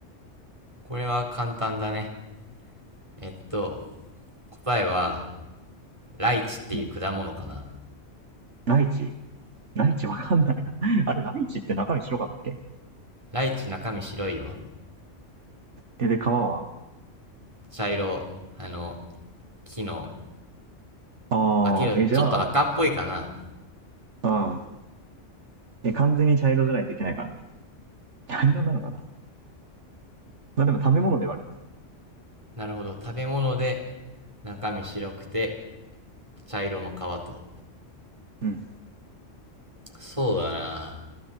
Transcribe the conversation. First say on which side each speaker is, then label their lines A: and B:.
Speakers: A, on the right; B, on the right.
A: これは簡単だね。えっと、答えは、ライチっていう果物かな。
B: うん。ライチ。ライチわかんないな。<laughs> あれ、ライチって中身白かったっけ
A: ライチ中身白いよ。
B: え、で、皮は
A: 茶色、あの、木の、
B: ああ、
A: あ、けど、ちょっと赤っぽいかな。
B: え、じゃあ、うん。え、完全に茶色じゃないといけないからね。茶色なのかなまあでも食べ物ではある。
A: なるほど。食べ物で、中身白くて、茶色の皮と。
B: うん。
A: そうだな。